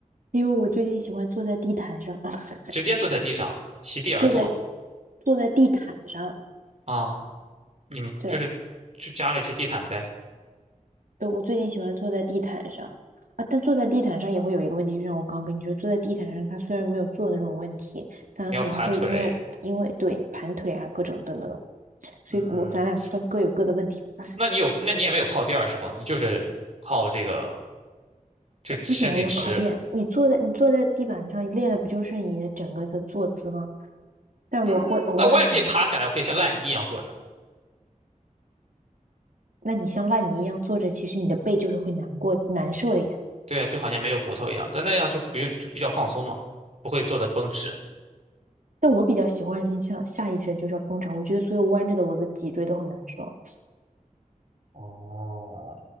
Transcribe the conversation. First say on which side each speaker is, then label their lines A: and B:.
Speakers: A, on the right; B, on the right.
A: 因为我最近喜欢坐在地毯上，<laughs>
B: 直接坐在地上，席地而坐
A: 坐在坐在地毯上，
B: 啊。你们就是就家里是地毯呗，
A: 对。对，我最近喜欢坐在地毯上啊，但坐在地毯上也会有一个问题，就像我刚刚跟你说，坐在地毯上，它虽然没有坐的那种问题，但它可能会因为因为对盘腿啊各种等等，
B: 你要盘腿，
A: 所以我咱俩算各有各的问题吧。
B: 嗯，
A: <laughs>
B: 那你有那你也没有靠垫儿是吗？你就是靠这个就身体直，
A: 不喜欢用靠垫，你坐在你坐在地板上练的不就是你的整个的坐姿吗？但我会偶尔想着，
B: 嗯，那我也可以塌下来，我可以像烂泥一样坐着，
A: 那你像烂泥一样坐着，其实你的背就是会难过难受的呀。
B: 对啊，就好像没有骨头一样，但那样就不用就比较放松嘛，不会坐的绷直。
A: 但我比较习惯性向下意识地就是要绷着，我觉得所有弯着的我的脊椎都很难受。
B: 哦，